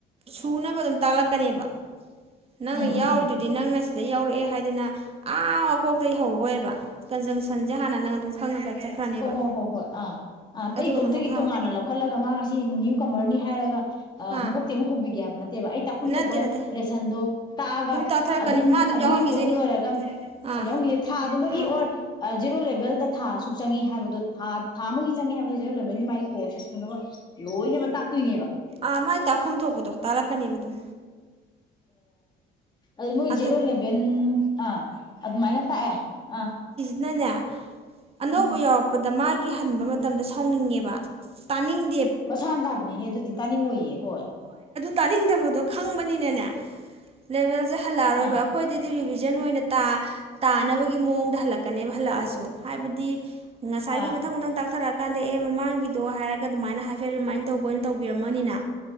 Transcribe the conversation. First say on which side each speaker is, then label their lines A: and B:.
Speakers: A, on the right; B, on the left.
A: ꯁꯨꯅꯕ ꯑꯗꯨꯝ ꯇꯥꯛꯂꯛꯀꯅꯦꯕ ꯅꯪꯅ
B: ꯎꯝ ꯎꯝ
A: ꯌꯥꯎꯔꯤꯗꯨꯗꯤ
B: ꯎꯝ
A: ꯅꯪꯅ ꯁꯤꯗ ꯌꯥꯎꯔꯛꯑꯦ ꯍꯥꯏꯗꯅ ꯑꯥ ꯃꯀꯣꯛꯇꯒꯤ ꯍꯧꯔꯛꯑꯣꯏꯕ ꯀꯟꯖꯪꯁꯟꯁꯦ ꯍꯥꯟꯅ ꯅꯪ ꯑꯗꯨꯝ ꯈꯪꯅꯒꯥꯏ ꯆꯠꯈ꯭ꯔꯅꯦꯕ
B: ꯍꯣꯏ ꯍꯣ ꯍꯣꯏ ꯑꯥ ꯑꯥ
A: ꯑꯗꯨꯒ
B: ꯑꯩ ꯏꯇꯣꯝꯇꯒꯤ
A: ꯑꯗꯨꯝ ꯃꯈꯥ
B: ꯇꯣꯉꯥꯟꯅ
A: ꯃꯈꯥ
B: ꯂꯧꯈꯠꯂꯒ ꯃꯥ ꯉꯁꯤ ꯅꯅꯤꯌꯨ ꯀꯝꯃꯔꯅꯤ ꯍꯥꯏꯔꯒ
A: ꯑꯥ
B: ꯃꯀꯣꯛꯇꯤ ꯑꯃꯨꯛ ꯍꯧꯕꯤꯒꯦ ꯍꯥꯏꯕ ꯅꯠꯇꯦꯕ ꯑꯩ ꯇꯥꯛ ꯐꯝ
A: ꯅꯠꯇꯦ
B: ꯊꯣꯛꯄ
A: ꯅꯠꯇꯦ
B: ꯂꯦꯁꯟꯗꯣ ꯇꯥꯛꯑꯒ
A: ꯑꯗꯨꯝ ꯇꯥꯛꯊꯔꯛꯀꯅꯤ
B: ꯑꯗꯨꯝ
A: ꯃꯥ
B: ꯑꯗꯨꯒꯤ
A: ꯌꯥꯎꯍꯟꯈꯤꯗꯣꯏꯅꯤ
B: ꯄꯣꯠꯇꯣ ꯂꯣꯏꯔꯒ
A: ꯑꯥ
B: ꯌꯥꯎꯅꯤꯡꯅꯦ ꯊꯥ ꯑꯗꯨꯃꯛ
A: ꯑꯥ
B: ꯖꯦꯔꯣ ꯂꯦꯚꯦꯜꯗ ꯊꯥ ꯑꯁꯨꯛ ꯆꯪꯏꯤ ꯍꯥꯏꯕꯗꯣ ꯊꯥ ꯊꯥ ꯑꯃꯒꯤ ꯆꯪꯏꯤ ꯍꯥꯏꯕꯗꯣ ꯖꯦꯔꯣ ꯂꯦꯚꯦꯜꯒꯤ ꯃꯥꯒꯤ ꯀꯣꯔꯁꯁꯦ ꯊꯨꯅꯕ ꯂꯣꯏꯅꯃꯛ ꯇꯥꯛꯇꯣꯏꯅꯦꯕ
A: ꯑꯥ ꯃꯥꯏ ꯇꯥꯐꯝ ꯊꯣꯛꯄꯗꯣ ꯇꯥꯂꯛꯀꯅꯦꯕ ꯑꯗꯨꯝ
B: ꯑꯣ ꯅꯣꯏ
A: ꯑꯗꯨ
B: ꯖꯦꯔꯣꯂꯦꯚꯦꯟ ꯑꯥ ꯑꯗꯨꯃꯥꯏꯅ ꯇꯥꯛꯑꯦ ꯑꯥ
A: ꯅ ꯅꯦ ꯑꯅꯎꯕ
B: ꯎꯝ
A: ꯌꯥꯑꯣꯕꯥ ꯑ ꯗꯗ ꯃꯥꯒꯤ ꯍꯟꯕ ꯃꯇꯝꯗ ꯁꯥꯎꯅꯤꯡꯉꯦꯕ ꯇꯥꯅꯤꯡ
B: ꯃꯁꯥꯅ ꯇꯥꯕꯅꯤꯅꯦ ꯑꯗꯨꯗꯤ ꯇꯥꯅꯤꯡꯉꯣꯏꯌꯦ ꯍꯣꯏ
A: ꯇꯅꯤꯛꯗꯕꯗꯣ ꯈꯪꯕꯅꯤꯅꯅꯦ ꯂꯦꯕꯦꯜ ꯁꯦ ꯍꯜꯂꯛꯑꯔꯣꯏꯕ
B: ꯑꯥ
A: ꯑꯩꯈꯣꯏꯗꯗꯤ ꯖꯟ ꯇꯥꯅ ꯇꯥꯅꯕꯒꯤ ꯃꯑꯣꯡꯗ ꯍꯜꯂꯛꯀꯅꯦꯕ ꯍꯂꯛꯑꯁꯨ ꯍꯥꯏꯕꯗꯤ ꯉꯁꯥꯏꯒꯤ
B: ꯑꯥ
A: ꯃꯊꯪ ꯃꯊꯪ ꯇꯥꯛꯊꯔꯛꯑꯒꯦ ꯍꯥꯏ ꯀꯥꯟꯗ ꯑꯦ ꯃꯃꯥꯡꯒꯤꯗꯣ ꯍꯥꯏꯔꯒ ꯑꯗꯨꯃꯥꯏꯅ ꯍꯥꯏꯐꯦꯠ ꯔꯤꯃꯥꯏꯟ ꯇꯧꯕ ꯑꯣꯏꯅ ꯇꯧꯕꯤꯔꯝꯃꯅꯤꯅ